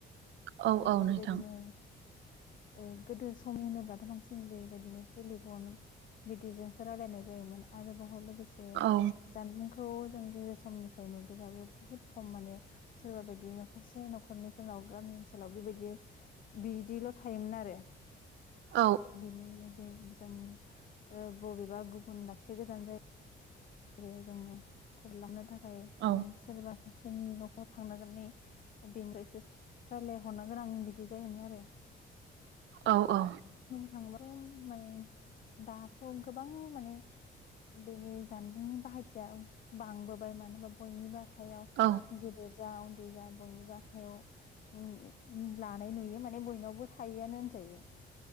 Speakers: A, on the right; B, on the left.
A: औ
B: ओ
A: औ
B: बेबायदिनो
A: नोंथां
B: ओ गोदो स समनि होनोब्लाथ' बांसिन बेबायदिनो टेलिफन बिदिजोंसो रायलायनाय जायोमोन आरो लोगोसे
A: औ
B: जानबुंखौ जों गेजेर समनिफ्राय नुदोबाबो बुहुत खम माने सोरबा बायदि न'खरसे न'खरनैफोरनाव गामि ओनसोलाव बेबायदि बिदिल' थायोमोन आरो।
A: औ
B: बिनि बे जों ओ बबेबा गुबुन दाबसे गोजान जाय गायाव जोङो खबर लानो थाख खाय
A: औ
B: उम सोरबा हरसेनि न'खराव थांनांगोन नै बेनोफ्राय रायलायहरनो गोनां बिदि जायोमोन आरो। <inaudible>
A: औ औ।
B: थांबाथ माने दाथ गोबां माने बेनि। जानबुंनि बाहायथिया बांबोबाय मानोबा बयनिबो। हायाव
A: औ
B: गेदेर। जा उन्दै जा बयनिबो आखायाव ओ लानाय नुयो माने बयनावबो थायोआनो होनजायो।